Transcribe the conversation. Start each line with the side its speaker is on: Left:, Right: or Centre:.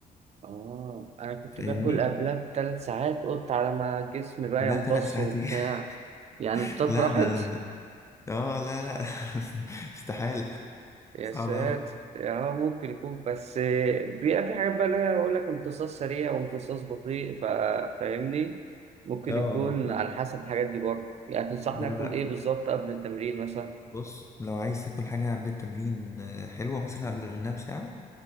Right: اه انا كنت
Left: فاهمني
Right: باكل قبلها بثلاث ساعات قلت على ما جسمي بقى
Left: لا
Right: يمتص
Left: ثلاث ساعات
Right: وبتاع
Left: ايه
Right: يعني
Left: <laughs>
Right: الطاقه
Left: لا
Right: راحت
Left: ده, ده اه لا لا <laughs> استحالة
Right: يا
Left: صعب
Right: ساتر
Left: اوي
Right: اه ممكن يكون بس آه، بيبقى في حاجات بقى اللي هي يقول لك امتصاص سريع وامتصاص بطيء فا- فاهمني ممكن
Left: اه اه
Right: يكون
Left: فهمتك
Right: على حسب الحاجات دي برضه يعني تنصحني
Left: لا
Right: اكل
Left: لا
Right: ايه بالظبط قبل التمرين مثلا
Left: بص لو عايز تاكل حاجة قبل التمرين آه، حلوة مثلا قبل منها بساعة